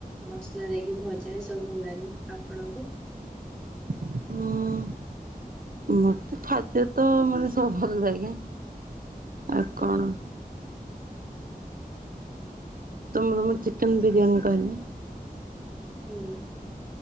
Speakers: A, in the centre; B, on the right.
A: ମସଲା ଦେଇକି ଭଜା ଏ ସବୁ ଭଲ ଲାଗେ। ଆପଣଙ୍କୁ
B: ହଁ। ମତେ ଖାଦ୍ୟ ତ ମାନେ ସବୁ ଭଲ ଲାଗେ। ଆ କଣ ତମକୁ ମୁଁ ଚିକେନ ବିରିୟାନୀ କହିବି।
A: ହୁଁ।